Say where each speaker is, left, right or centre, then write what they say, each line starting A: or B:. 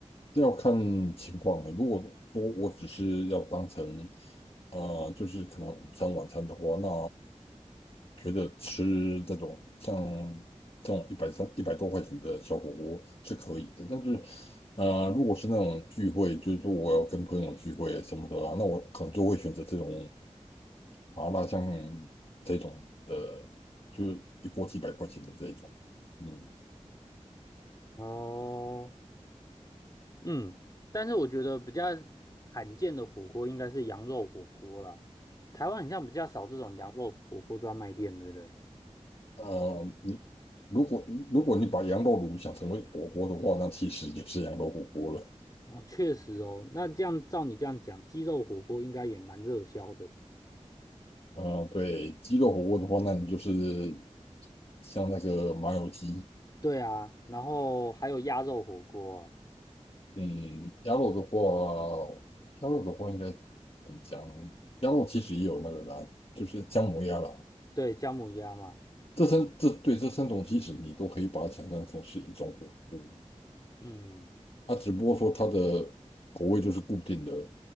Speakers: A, on the left; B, on the left.
A: 这要看情况欸。如果说我只是要当成呃，就是可能午餐晚餐的话，那觉得吃这种像这种一百三一百多块钱的小火锅是可以的，但是呃，如果是那种聚会，就是说我要跟朋友聚会什么的啊那我可能就会选择这种麻辣香这种的，就是一锅几百块钱的这一种。嗯，
B: 哦，嗯，但是我觉得比较罕见的火锅应该是羊肉火锅啦。台湾很像比较少这种羊肉火锅专卖店，对不对？
A: 呃，你如果如果你把羊肉炉想成为火锅的话，那其实也是羊肉火锅了。
B: 哦，确实哦，那这样照你这样讲，鸡肉火锅应该也蛮热销的。
A: 呃，对，鸡肉火锅的话，那你就是像那个麻油鸡。
B: 对啊，然后还有鸭肉火锅啊，
A: 嗯，鸭肉的话，鸭肉的话应该怎么讲呢？鸭肉其实也有那个啦，就是姜母鸭啦。
B: 对，姜母鸭嘛，
A: 这三这对这三种其实你都可以把它想象成是一种火锅，
B: 嗯，
A: 它只不过说它的口味就是固定的，